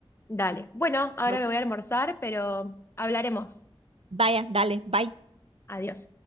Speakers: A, on the left; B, on the right.
A: Dale. Bueno, ahora
B: Ok.
A: me voy a almorzar, pero hablaremos.
B: Vaya, dale, bye.
A: Adiós.